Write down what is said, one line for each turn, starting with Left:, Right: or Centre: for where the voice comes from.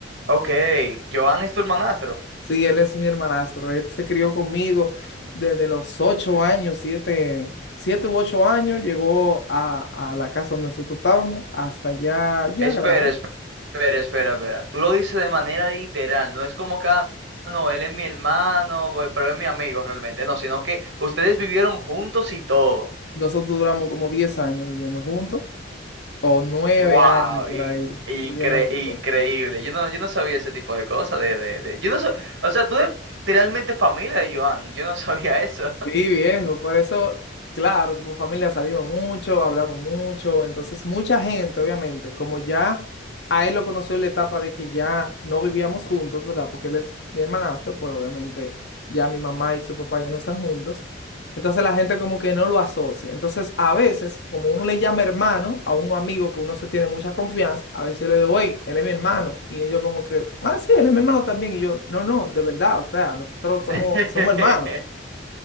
Right: Ok, Joan es tu hermanastro.
Left: Sí, él es mi hermanastro, él se crió conmigo desde los ocho años, siete, siete u ocho años, llegó a, a la casa donde nosotros estábamos, hasta ya, ya
Right: Espera,
Left: grande.
Right: espera, espera, espera. Tú lo dices de manera literal, no es como que, "Ah, no, él es mi hermano, bo- pero es mi amigo realmente, no, sino que ustedes vivieron juntos y todo.
Left: Nosotros duramos como 10 años viviendo juntos, o 9
Right: ¡Wow!
Left: años por
Right: In-
Left: ahí
Right: incre-
Left: viviendo juntos.
Right: increíble. Yo no, yo no sabía ese tipo de cosas, de, de, de- Yo no sab- o sea, tú eres literalmente familia de Joan, yo no sabía eso.
Left: Sí, viejo, por eso, claro, somos familia, salimos mucho, hablamos mucho, entonces mucha gente, obviamente, como ya a él lo conoció en la etapa de que ya no vivíamos juntos, ¿verdad? Porque él es mi hermanastro, pues obviamente ya mi mamá y su papá ya no están juntos, entonces la gente como que no lo asocia, entonces a veces, como uno le llama hermano a un amigo que uno se tiene mucha confianza, a veces yo le digo, hey, él es mi hermano, y ellos como que, ah, sí, él es mi hermano también, y yo, no, no, de verdad, o sea, nosotros somos,
Right: <laughs>
Left: somos hermanos.